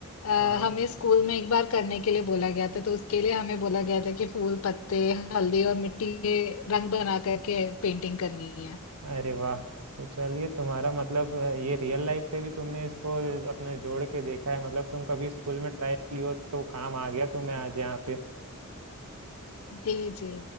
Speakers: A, on the left (about 65°); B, on the right (about 80°).
A: अ,
B: हाँ
A: हमें स्कूल में एक बार करने के लिए बोला गया था तो उसके लिए हमें बोला गया था कि फूल पत्ते हल्दी और मिट्टी के रंग बना करके पेंटिंग करनी है
B: अरे वाह तो चलिए तुम्हारा मतलब अ, ये रियल लाइफ से भी तुमने इसको अपने जोड़ के देखा है मतलब तुम कभी स्कूल में ट्राई की हो तो काम आ गया तुम्हें आज यहाँ पे
A: जी जी